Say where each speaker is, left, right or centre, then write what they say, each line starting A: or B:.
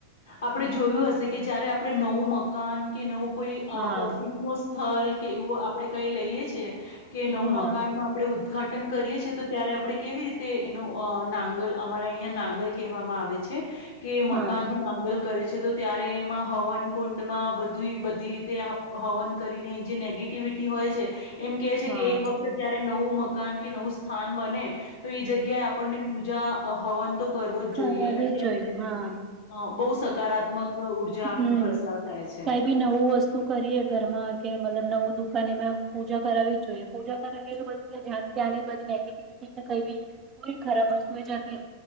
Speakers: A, on the left; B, on the right.
A: આપણે જોયું હશે કે જયારે આપણે નવું મકાન કે નવું કોઈ
B: હા
A: ઓફિસ નો સ્થલ કે એવું આપડે કઈ લઈએ છે કે નવું
B: હા
A: મકાન ન આપણે ઉદઘાટન કરીએ છીએ તો ત્યારે યપ આપણે કેવી રીતે એનો ય નાંગલ અમારા અહીંયા નાંગલ કહેવામાં આવે છે કે કે મકાન
B: હા
A: નું કરે છે તો ત્યારે એમાં હવન કુંડમાં બ બધી રીતે હવન કરીને જે નેગેટિવિટી હોય છે એમ કેહે છે
B: હા
A: કે એક વખત જયારે નવું મ મકાન કે નવું સ્થાન બને તો એ જગ્યાએ આપણને પૂજા અ હોવન તો કરવો જ જોઈએ
B: કરાવવી
A: એનાથી
B: જોઈએ
A: આપણે
B: હા
A: બહુ સકારાત્મક ઉર્જાનો
B: હમ
A: પ્રસાર થાય છે.
B: કઈ બી નવું વસ્તુ કરીયે ઘરમાં કે મતલબ નવું દુખ એમાં પૂજા કરાવવી જ જોઈએ પૂજા કરાવી તો બધ ત ત્યાંની બધી નેગેટિવિટી કેઈ બી કોઈ ખરાબ વસ્તુ જતી